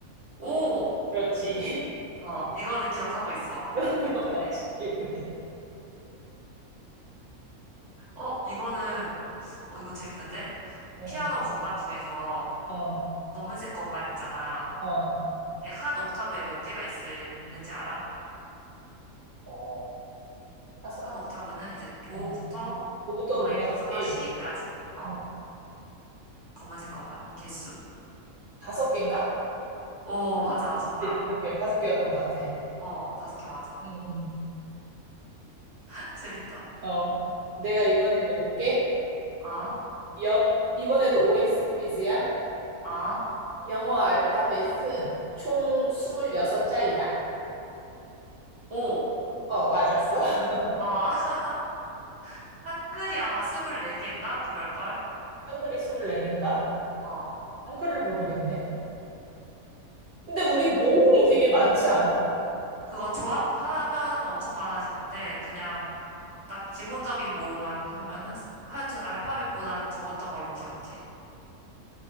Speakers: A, on the right; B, on the right.
A: 오!
B: 그렇지.
A: 어, 이거는 기억하고 있어.
B: <laughs>
A: 6분의
B: 맞아. 6분의 1.
A: 어, 이거는, 어, 이거 재밌는데?
B: 어,
A: 피아노 건반 중에서
B: 어,
A: 검은색 건반 있잖아.
B: 어,
A: 이게 한 옥타브에 몇 개가 있을, 있는지 알아?
B: 어, 다섯,
A: 한 옥타브는 이제 도부터
B: 잠깐만. 음, 도부터
A: 도레미파솔라
B: 도까지지?
A: 시까지. 어,
B: 어,
A: 검은색 건반. 개수.
B: 다섯 개인가?
A: 오, 맞아. 정답.
B: 네, 다섯 개, 다섯 개였던 것 같아.
A: 어, 다섯 개 맞아.
B: 응, 응.
A: <laughs> 재밌다.
B: 어, 내가 이번에 내볼게.
A: 아,
B: 영, 이번에도 OX 퀴즈야.
A: 아,
B: 영어 알파벳은 총 26자이다.
A: 오.
B: 어, 맞았어. <laughs>
A: 어, <laughs> 한글이 아마 24개인가? 그럴걸?
B: 한글이 24개인가?
A: 어,
B: 한글을 모르겠네. 근데 우리 모음이 되게 많지 않아?
A: 그거 조합하면 엄청 많아지는데, 그냥 딱 기본적인 모음만 하면은, 하여튼 알파벳보다는 적었던 걸로 기억해.